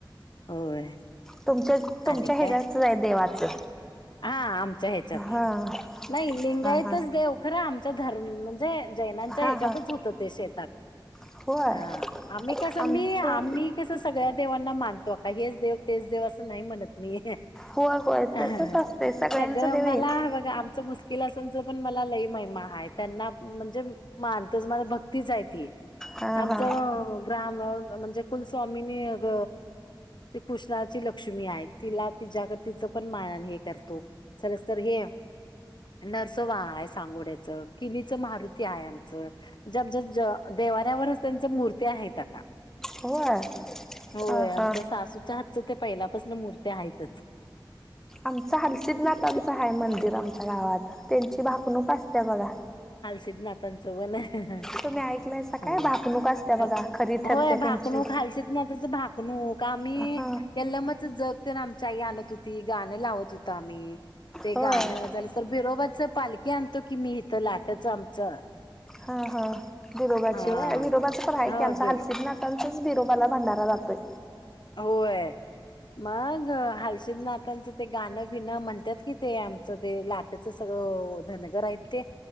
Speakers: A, on the left; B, in the centre.
A: आ होय
B: तुमच्या तुमच्या
A: आणि
B: ह्याच्याच
A: काय
B: आहे देवाचं
A: हा आमच्या ह्याच्यातलं
B: हा
A: नाही लिंगायतच
B: हा हा
A: देव खरं आमचा धरम म्हणजे जैनांच्या
B: हा
A: ह्याच्यातच
B: हा
A: हूत ते शेतात
B: होय
A: हा आम्ही कस
B: आमचं
A: मी आम्ही कस सगळ्या देवा ना मानतो आक्का हेच देव तेच देव असं नाही म्हणत मी
B: होय होय
A: अं
B: तसच
A: हं
B: असतंय सगळ्यांचं
A: सगळं
B: देव
A: मला
B: हेच
A: बघा हा च मुश्किल आसनच पण मला लई महिमा हाय त्यांना म्हणजे मानतोच मला भक्तीच हाय ती
B: हा
A: आमच
B: हा
A: अं ग्राम म्हणजे कुलस्वामीनी ग ती कृष्णाची लक्ष्मी आहे तिला तिच्याक तिचं पण मायेने हे करतो <unintelligible> तर हे नरसोबा हाय सांगोड्याच, किनीच मारुती हाय आमचं ज ब ज अं देव्हाऱ्यावरच त्यांच मूर्ती आहेत का?
B: होय
A: होय
B: अ
A: आमच्या
B: ह
A: सासूच्या हातचं ते पहिल्यापसन मुर्त्या हायितच
B: आमच हालसिद्धनाथांच हाय मंदिर आमच्या गावात तेंची भाकणूक असत्या बघा
A: सिद्धनाथान <unintelligible>
B: तुम्ही ऐकलायसा काय
A: होय,
B: भाकणूक असते बघा
A: अं
B: खरी ठरते
A: होय भाकणूक
B: त्यांची
A: हालसिद्धनाथाच भाक णूक आम्ही
B: ह
A: यल्लमाच जग तेन आमची आई आणत होती गाणं लावत होत आम्ही. ते
B: होय
A: गाणं तर बिरोबाच पालखी आणतो की मी इथं लाटंच आमचं.
B: ह ह बिरोबाची
A: हा
B: होय, बिरोबाचं पण आहे
A: हो
B: की आमचा
A: बिरो
B: हालसिध्दनाथांचाच बिरोबाला भंडारा जातोय.
A: होय. मग हालसिध्दनाथांचं ते गाणं बिणं म्हणतात कि ते आमचं ते लाटंच सगळ ओ धनगर आहेत ते